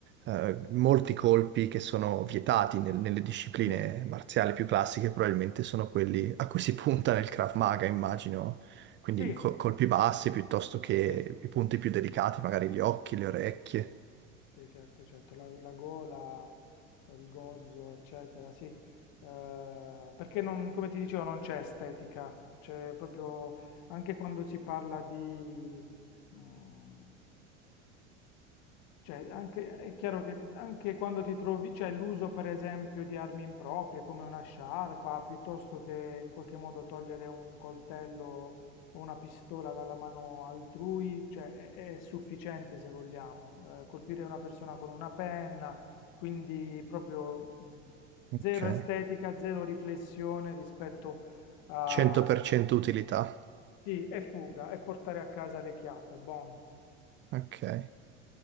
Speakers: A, on the right; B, on the left.
A: eh, molti colpi che sono vietati nel- nelle discipline
B: sì,
A: marziali più classiche, probabilmente sono quelli a cui si punta nel Krav Maga, immagino. Quindi
B: sì,
A: co- colpi bassi piuttosto che
B: sì.
A: i punti più delicati, magari gli occhi, le orecchie.
B: Sì, sì, sì, certo, certo, la, la gola, il gozzo, eccetera, sì, Eh, perché non, come ti dicevo, non c'è estetica, c'è proprio, anche quando si parla di, mm, cioè, anche, è chiaro che anche quando ti trovi, cioè l'uso per esempio di armi improprie come una sciarpa, piuttosto che in qualche modo togliere un coltello o una pistola dalla mano altrui, cioè è, è sufficiente se vogliamo, eh, colpire una persona con una penna, quindi proprio mh,
A: Ok.
B: zero estetica, zero riflessione rispetto a...
A: 100%
B: che ti-
A: utilità.
B: Sì, è fuga, è portare a casa le chiappe, buon.
A: Ok.